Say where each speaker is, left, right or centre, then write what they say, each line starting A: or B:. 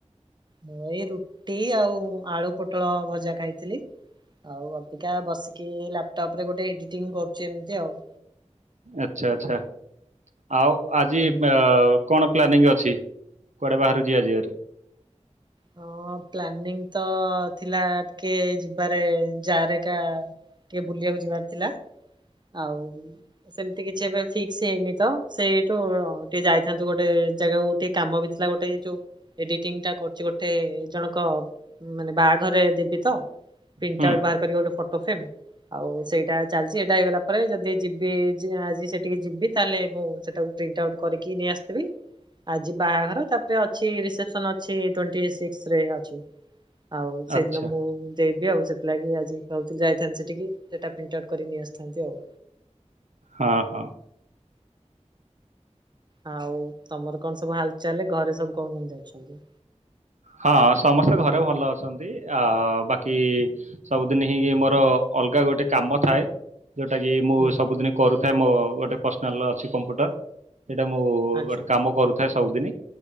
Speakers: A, on the right; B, on the right.
A: ମୁଁ ଏଇ ରୁଟି ଆଉ ଆଳୁ ପୋଟଳ ଭଜା ଖାଇଥିଲି। ଆଉ ଅବିକା ବସିକି ଲାପଟପ ରେ ଗୋଟେ ଏଡିଟିଂ କରୁଚି ଏମିତି ଆଉ।
B: ଆଚ୍ଛା ଆଚ୍ଛା ଆଉ ଆଜି
A: ହୁଁ।
B: କଣ ପ୍ଲାନିଂ ଅଛ। କୁଆଡ଼େ ବାହାରୁକୁ ଯିବା ଯିବାରେ?
A: ହଁ ପ୍ଲାନିଂ ତ ଥିଲା ଟିକେ ଯିବାରେ ଯାରେକା। ଟିକେ ବୁଲିବାକୁ ଯିବାର ଥିଲା। ଆଉ ସେମିତି କିଛି ଏବେ ଫିକ୍ସ ହେଇନି ତ ସେଇଠୁ ଟିକେ ଯାଇଥାନ୍ତୁ ଗୋଟେ ଜାଗାକୁ ଟିକେ କାମ ବି ଥିଲା ଗୋଟେ ଏଇ ଯୋଉ ଏଡିଟିଂ ଟା କରୁଚି ଗୋ ଟେ ଜଣକ ମାନେ ବାହାଘରରେ ଦେବିତ। ପ୍ରିଣ୍ଟ
B: ହୁଁ
A: ଆଉଟ୍ ବାହାର କରିବି ଗୋଟେ ଫଟୋ ଫ୍ରେମ୍ ଆଉ ସେଇ ଟା ଚାଲିଚି ଏଟା ହେଇଗଲା ପରେ ଯଦି ଯିବି ଯି ଆଜି ସେଠିକି ଯିବି ତାହେଲେ ମୁ ସେଟାକୁ ପ୍ରିଣ୍ଟ ଆଉଟ୍ କରିକି ନେଇ ଆସିଥିବି ଆଜି ବାହାଘର ତାପରେ ଅଛି ରିସେପସନ ଅଛି। ଟ୍ବଣ୍ଟିସିକ୍ସ ରେ ଅଛି। ଆଉ ସେ
B: ଆଚ୍ଛା
A: ଦିନ ମୁଁ ଦେବି ଆଉ ସେଥିଲାଗି ଆଜି କୋହୁଥିଲ ଯାଇଥାନ୍ତି ସେଠିକି ସେଟା ପ୍ରିଣ୍ଟ ଆଉଟ କରି ନେଇ ଆସିଥାନ୍ତି ଆଉ।
B: ହଁ, ହଁ।
A: ଆଉ ତମର କଣ ସବୁ ହାଲଚାଲେ ଘରେ ସବୁ କଣ କେମିତି ଅଛନ୍ତି?
B: ହଁ ସମସ୍ତେ ଘରେ ଭଲ ଅଛନ୍ତି। ଆ ବାକି ସବୁଦିନ ହିଁ ମୋର ଅଲଗା ଗୋଟେ କାମ ଥାଏ। ଯୋଉଟା କି ମୁଁ
A: ହୁଁ
B: ସବୁଦିନ କରୁଥାଏ। ମୋ ଗୋଟେ ପର୍ସନାଲ ଅଛି କମ୍ପ୍ୟୁଟର। ସେଇଟା ମୁଁ
A: ଆଚ୍ଛା
B: ଗୋଟେ କାମ କରୁଥାଏ ସବୁଦିନ